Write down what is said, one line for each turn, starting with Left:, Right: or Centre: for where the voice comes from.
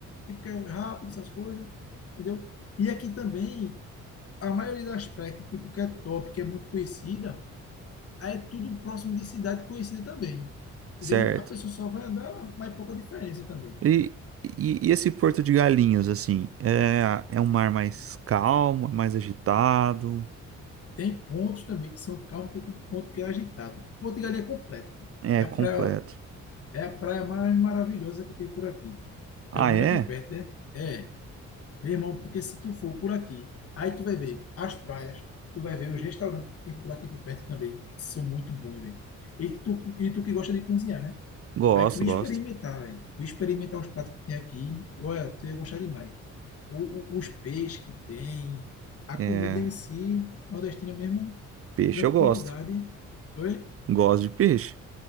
Left: tipo, que é rápido, essas coisas, entendeu? E aqui também, a maioria das praias que, tipo, que é top, que é muito conhecida, aí é tudo próximo de cidade conhecida também, entendeu?
Right: Certo.
Left: A pessoa só vai andar, mas é pouca diferença também.
Right: E, e, e esse Porto de Galinhos, assim, é, é um mar mais calmo, é mais agitado?
Left: Tem pontos também que são calmos, tem um ponto que é agitado. Porto de Galinha é completo.
Right: É
Left: É a
Right: completo.
Left: praia, é a praia mais maravilhosa que tem por aqui.
Right: Ah,
Left: Pelo menos
Right: é?
Left: aqui perto, né? É. Meu irmão, porque se tu for por aqui, aí tu vai ver as praias, tu vai ver os restaurantes que tem por aqui por perto também, que são muito bons, velho. E tu, e tu que gosta de cozinhar, né?
Right: Gosto,
Left: Aí tu experimentar,
Right: gosto.
Left: velho. Tu experimentar os pratos que tem aqui, olha, tu ia gostar demais. O, o- os peixes que tem, a comida
Right: É,
Left: em si, nordestina mesmo,
Right: peixe
Left: tranquilidade.
Right: eu gosto.
Left: Oi?
Right: Gosto de peixe?